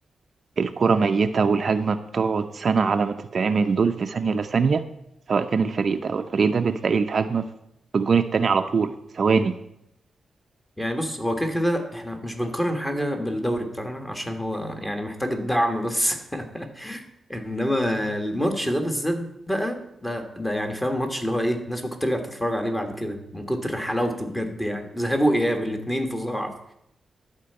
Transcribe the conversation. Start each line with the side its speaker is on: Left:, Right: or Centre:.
Right: الكرة ميتة والهجمة بتقعد سنة على ما تتعمل دول في ثانية لثانية سواء كان الفريق ده أو الفريق ده بتلاقي الهجمة في الجون التاني على طول ثواني
Left: يعني بص هو كده كده احنا مش بنقارن حاجة بالدوري بتاعنا عشان هو يعني محتاج الدعم بس <laughs> انما الماتش ده بالذات بقى ده ده يعني فاهم ماتش اللي هو ايه الناس ممكن ترجع تتفرج عليه بعد كده من كتر حلاوته بجد يعني ذهاب واياب الاتنين فظاع